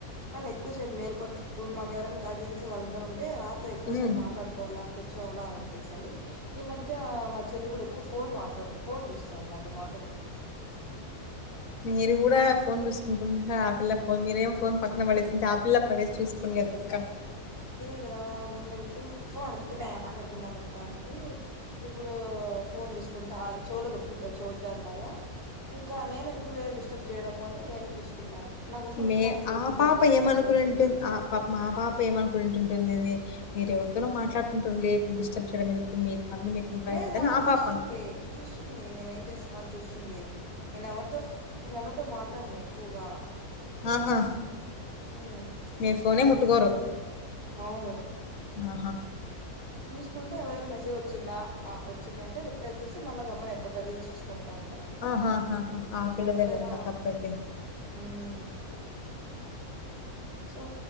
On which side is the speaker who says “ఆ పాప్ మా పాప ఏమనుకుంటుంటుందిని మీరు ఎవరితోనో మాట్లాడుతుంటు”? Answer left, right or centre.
Left